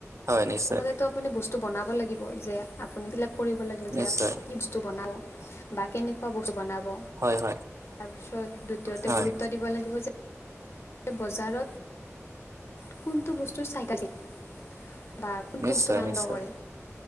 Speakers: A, on the right (about 70°); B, on the left (about 60°).
A: হয় নিশ্চয়
B: প্ৰথমতেতো আপুনি বস্তু বনাব লাগিব যে আপুনি এবিলাক কৰিব লাগিব
A: নিশ্চয়
B: আপুনি কি বস্তু বনাব বা কেনেকুৱা বস্তু বনাব।
A: হয় হয়
B: তাৰপিছত দ্বিতীয়তে
A: হয়
B: গুৰুত্ব দিব লাগিব যে বজাৰত কোনটো বস্তুৰ চাই আছিল বা কোনটো
A: নিশ্চয়
B: বস্তু বানড
A: নিশ্চয়
B: কৰে।